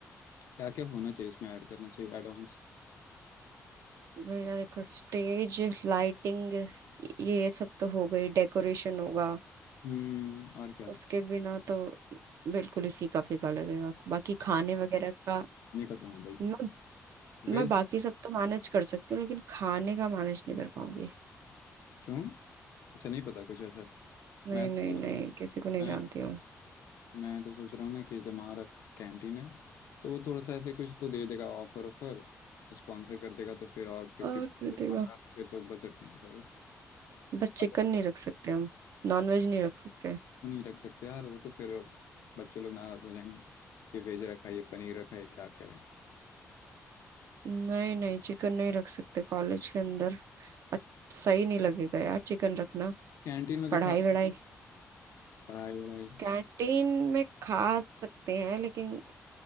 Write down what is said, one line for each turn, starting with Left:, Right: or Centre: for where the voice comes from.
Left: क्या क्या होना चाहिए इसमें ऐड करना चाहिए एड ऑन्स
Right: भैया देखो स्टेज लाइटिंग ये सब तो हो गई डेकोरेशन होगा
Left: हम्म और क्या
Right: उसके बिना तो बिल्कुल ही फीका फीका लगेगा बाकी खाने वगैरह का
Left: नहीं का तो हाँ भाई
Right: मैं
Left: वेज
Right: मैं बाकी सब तो मैनेज कर सकती हूँ लेकिन खाने का मैनेज नहीं कर पाऊंगी
Left: क्यों अच्छा नहीं पता कुछ ऐसा
Right: नहीं
Left: मैं तो
Right: नहीं नहीं किसी को नहीं
Left: मैं
Right: जानती हूँ
Left: मैं तो सोच रहा हूँ ना कि जब हमारा कैंटीन है तो वो थोड़ा सा ऐसे कुछ तो दे देगा ऑफर ऑफर स्पॉन्सर कर देगा तो फिर और फिफ्टी
Right: और
Left: डिस्काउंट
Right: पिटेगा
Left: का फिर तो बजट में हो जाएगा
Right: बस चिकन
Left: अब
Right: नहीं रख सकते हम नॉनवेज नहीं रख सकते
Left: वो नहीं रख सकते यार वो तो फिर बच्चे लोग नाराज हो जाएंगे कि वेज रखा है ये पनीर रखा है क्या क्या है
Right: नहीं नहीं चिकन नहीं रख सकते कॉलेज के अंदर अच- सही नहीं लगेगा यार चिकन रखना
Left: कैंटीन में तो
Right: पढ़ाई
Left: खा
Right: वढ़ाई
Left: पढ़ाई वढ़ाई
Right: कैंटीन में खा सकते हैं लेकिन